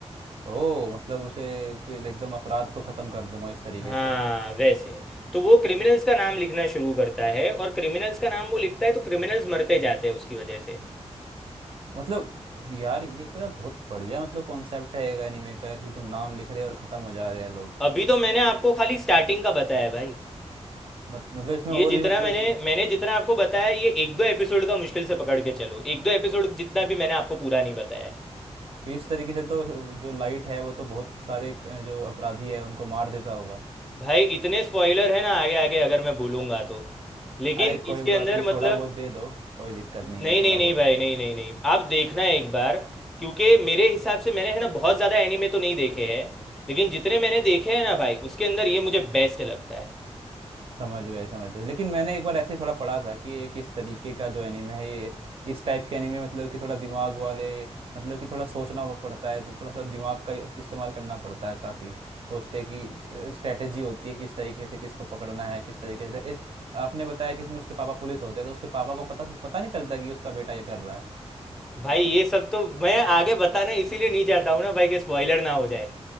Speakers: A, on the right (about 55°); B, in the centre.
A: ओ मतलब उसे कि एकदम अपराध को खत्म कर दूंगा इस तरीके
B: हाँ
A: से
B: वैसे तो वो क्रिमिनल्स का नाम लिखना शुरू करता है और क्रिमिनल्स का नाम वो लिखता है तो क्रिमिनल्स मरते जाते हैं उसकी वजह से
A: मतलब यार ये तो यार बहुत बढ़िया मतलब कॉन्सेप्ट है एनीमे का यार कि तुम नाम लिख रहे हो और खत्म हो जा रहे हैं लोग
B: अभी तो मैंने आपको खाली स्टार्टिंग का बताया भाई
A: मत, मतलब इसमें
B: ये
A: और
B: जितना
A: भी मतलब
B: मैंने
A: कि
B: मैंने जितना आपको बताया ये एक दो एपिसोड का मुश्किल से पकड़ के चलो एक दो एपिसोड जितना भी मैंने आपको पूरा नहीं बताया है
A: कि इस तरीके से तो जो लाइट है वो तो बहुत सारे अ, जो अपराधी है उनको मार देता होगा
B: भाई इतने स्पॉइलर है ना आगे आगे अगर मैं बोलूंगा तो लेकिन
A: अरे कोई
B: इसके
A: बात
B: अंदर
A: नहीं
B: मतलब
A: थोड़ा बहुत दे दो कोई दिक्कत
B: नहीं
A: नहीं है थोड़ा
B: नहीं नहीं
A: बहुत
B: भाई नहीं नहीं नहीं आप देखना एक बार क्योंकि मेरे हिसाब से मैंने है ना बहुत ज़्यादा एनीमे तो नहीं देखे हैं लेकिन जितने मैंने देखे हैं ना भाई उसके अंदर ये मुझे बेस्ट लगता है
A: समझ गए समझ गए लेकिन मैंने एक बार ऐसे ही थोड़ा पढ़ा था कि एक इस तरीके का जो एनिमे है ये इस टाइप के एनिमे मतलब कि थोड़ा दिमाग वाले मतलब कि थोड़ा सोचना वो पड़ता है तो थोड़ा सा दिमाग का इस्तेमाल करना पड़ता है काफ़ी सोचते हैं कि स्ट्रेटेजी होती है किस तरीके से किसको पकड़ना है किस तरीके से इस आपने बताया कि इसमें उसके पापा पुलिस होते हैं तो उसके पापा को पता पता नहीं चलता कि उसका बेटा ये कर रहा है
B: भाई ये सब तो मैं आगे बताने इसीलिए नहीं चाहता हूँ ना भाई कि स्पॉइलर ना हो जाए